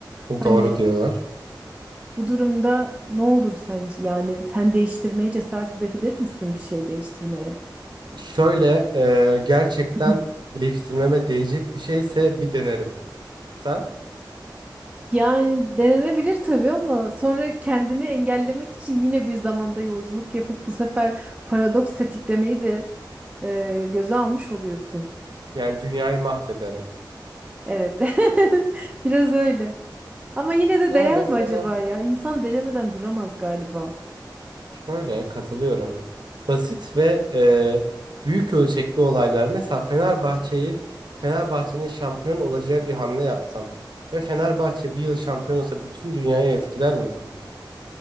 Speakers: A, on the right (about 15°); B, on the right (about 70°).
A: Hani
B: doğru diyorlar.
A: bu durumda ne olur sence? Yani sen değiştirmeye cesaret edebilir misin bir şey değiştirmeye?
B: Şöyle e, gerçekten
A: <laughs>
B: değiştirmeme değecek bir şeyse bir denerim. Sen?
A: Yani denenebilir tabii ama sonra kendini engellemek için yine bir zamanda yolculuk yapıp bu sefer paradoks tetiklemeyi de e, göze almış oluyorsun.
B: Yani dünyayı mahvederim.
A: Evet. <laughs> Biraz öyle. Ama yine de
B: Yani
A: değer
B: mesela
A: mi acaba ya? İnsan denemeden duramaz galiba.
B: şöyle katılıyorum. Basit ve e, büyük ölçekli olaylar. Mesela Fenerbahçe'yi Fenerbahçe'nin şampiyon olacağı bir hamle yapsam ve Fenerbahçe bir yıl şampiyon olsa bütün dünyayı etkiler mi bu?